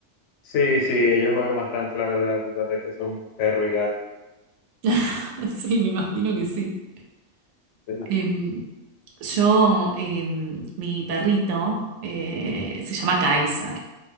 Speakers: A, on the left; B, on the right.
A: sí, sí, ellos juegan bastante, la verdad, a pesar de que son perro y gato.
B: <laughs> Sí, me imagino que sí.
A: Sí,
B: Em, yo, em, mi perrito eh, se llama Kaiser.